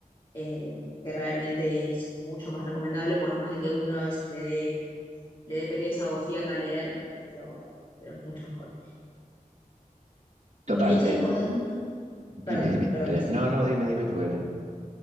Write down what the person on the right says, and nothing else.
Total,
eh,
dime,
dime,
Belén.
No, no, dime, dime tú, Belén.